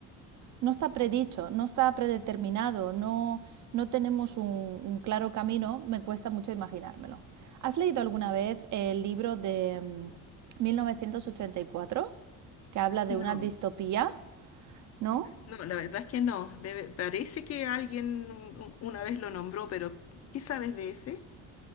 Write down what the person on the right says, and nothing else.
no está predicho, no está predeterminado, no, no tenemos un, un claro camino, me cuesta mucho imaginármelo. ¿Has leído alguna vez el libro de mm, 1984 que habla de
una distopía, ¿no?